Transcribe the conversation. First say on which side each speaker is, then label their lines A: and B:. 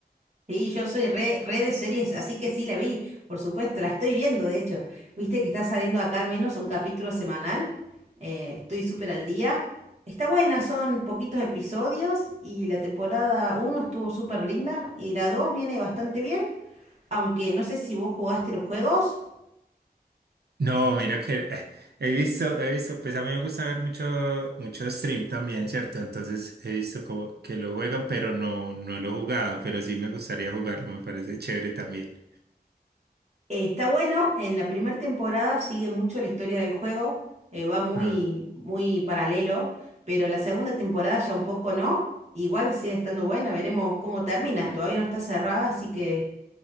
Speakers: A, on the right; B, on the right.
A: Sí, yo soy re, re de series, así que sí la vi, por supuesto, la estoy viendo, de hecho. Viste que está saliendo acá al menos un capítulo semanal, eh, estoy súper al día. Está buena, son poquitos episodios y la temporada uno estuvo súper linda y la 2 viene bastante bien, aunque no sé si vos jugaste los juegos,
B: No, mira que eh, he visto, he visto, pues a mí me gusta ver mucho, mucho stream también, ¿cierto? Entonces he visto como que lo juegan, pero no, no lo he jugado, pero sí me gustaría jugarlo, me parece chévere también.
A: Eh, está bueno, en la primera temporada sigue mucho la historia del juego, eh, va muy,
B: Ah,
A: muy paralelo, pero la segunda temporada ya un poco no, igual sigue estando buena, veremos cómo termina, todavía no está cerrada, así que